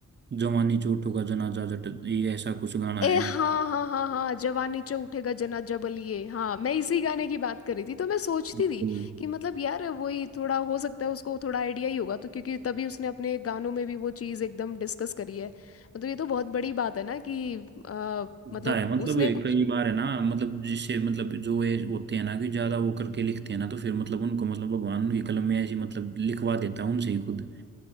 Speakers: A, on the right; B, on the left.
A: जवानी चोटों का जनाजा जट ये ऐसा कुछ गाना
B: ए
A: है
B: हाँ हाँ हाँ हाँ जवान नीचे उठेगा जना जबल ये हाँ मैं इसी गाने की बात कर रही थी तो मैं सोचती
A: बिल्कुल।
B: थी कि मतलब यार वही थोड़ा हो सकता है उसको थोड़ा आइडिया ही होगा तो क्योंकि तभी उसने अपने गानों में भी वो चीज़ एकदम डिस्कस करी है मतलब ये तो बहुत बड़ी बात है ना कि आ,
A: होता
B: मतलब
A: है मतलब
B: उसने
A: ये
B: कुछ
A: कई बार है ना मतलब जिससे मतलब जो ये होते हैं ना कि ज्यादा वो करके लिखते हैं ना तो फिर मतलब उनको मतलब भगवान उनकी कलम में ऐसी मतलब लिखवा देता है उनसे ही खुद